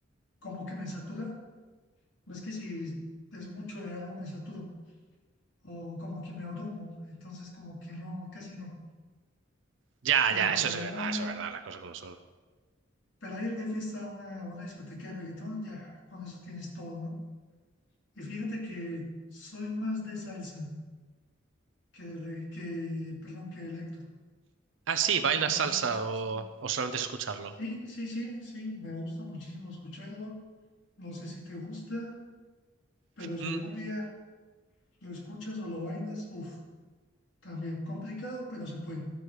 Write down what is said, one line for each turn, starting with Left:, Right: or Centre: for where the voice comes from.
Left: como que me satura. ¿Ves que si es mucho de algo me saturo? o como que me abrumo, entonces como que no, casi no.
Right: Ya,
Left: Pero
Right: ya,
Left: para
Right: eso es verdad,
Left: ir a,
Right: eso es verdad, las cosas como son.
Left: para ir de fiesta a una, a una discoteca de reggaetón, ya con eso tienes todo, ¿no? Y fíjate que soy más de salsa que de re- que, perdón, que de electro.
Right: Ah, sí,
Left: Entonces
Right: ¿bailas salsa
Left: no sé
Right: o,
Left: si,
Right: o solamente es escucharlo?
Left: sí, sí, sí, sí, me gusta muchísimo escucharlo. No sé si te gusta, pero si
Right: Mm,
Left: algún día lo escuchas o lo bailas, uff, también complicado, pero se puede.